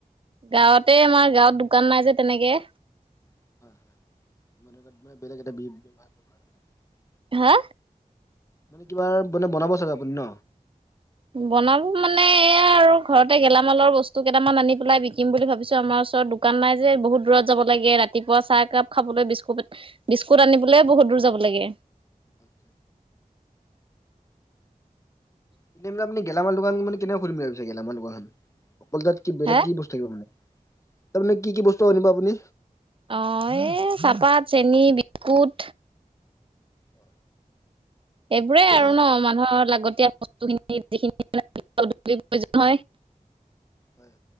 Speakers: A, on the right; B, on the left.
A: গাঁৱতে
B: অ মানে
A: আমাৰ
B: হয়
A: গাঁৱত শুকান নাই যে তেনেকে।
B: <unintelligible>
A: হা
B: মানে কিবা মানে বনাব চাগে আপুনি ন?
A: বনাব মানে এয়া আৰু ঘৰতে গেলামালৰ বস্তু কেইটামান আনি পেলাই বিকিম বুলি ভাবিছো আমাৰ ও ৰ দোকান নাই যে বহুত দূৰত যাব লাগে ৰাতিপুৱা চাহ একাপ খাবলৈ বিস্কুট বিস্কুট আনিবলৈ বহুত দূৰ যাব লাগে।
B: <inaudible> এ মানে আপুনি গেলামাল দোকান মানে কেনেকৈ খুলিম বুলি ভাবিছে গেলামাল দোকানখন? অ তাত কি বেলেগ
A: হে
B: কি বস্তু থাকিব মানে তাৰ মানে কি কি বস্তু আনিব আপুনি?
A: অ এই চাহপাত চেনী বিস্কুট।
B: অ,
A: সেইবোৰেই
B: তাকে
A: আৰু ন মানুহৰ লা <unintelligible>
B: হয় হয়